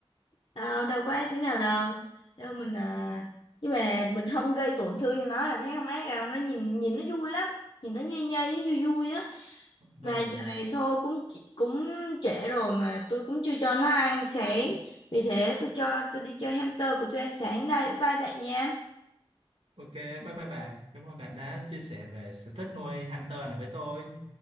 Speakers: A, on the left; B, on the right.
A: đâu đâu có ác tí nào đâu đâu mình à nhưng mà mình không gây tổn thương cho nó là thấy không ác đâu nó nhìn nhìn nó vui lắm nhìn nó nhây nhây vui vui á
B: ừ.
A: mà giờ này thôi cũng chỉ- cũng trễ rồi mà tôi cũng chưa cho nó ăn sáng vì thế tôi cho tôi đi chơi hamster của tôi ăn sáng đây bye bye bạn nha
B: ok bye bye bạn cảm ơn bạn đã chia sẻ về sở thích nuôi hamster này với tôi